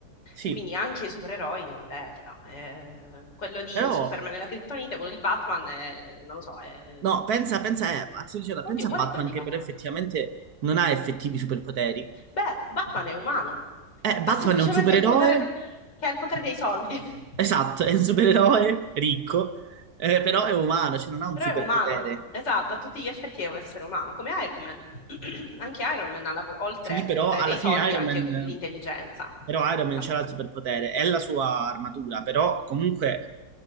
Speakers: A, on the right; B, on the left.
A: sì,
B: Quindi anche i supereroi devono averla. Eh, quello di
A: però,
B: Superman è la criptonite, quello di Batman è... non lo so, è...
A: no, pensa, pensa, eh, pazzo dicendo,
B: Oddio,
A: pensa a
B: qual
A: Batman,
B: è quella di
A: che
B: Batman?
A: però effettivamente non ha effettivi superpoteri.
B: Beh, Batman è umano,
A: Eh,
B: ha
A: Batman
B: semplicemente
A: è un supereroe,
B: il potere, de- che ha il potere dei soldi. <laughs>
A: esatto, è un supereroe ricco, eh, però è umano, cioè non ha un
B: Però
A: superpotere.
B: è umano, esatto, a tutti gli effetti è un essere umano, come Iron Man. <clears throat> Anche Iron Man ha, la po- oltre
A: Sì, però
B: il potere
A: alla
B: dei soldi,
A: fine Iron
B: anche
A: Man,
B: l'intelligenza.
A: però Iron Man
B: La
A: c'era
B: mo-
A: il superpotere, è la sua armatura, però comunque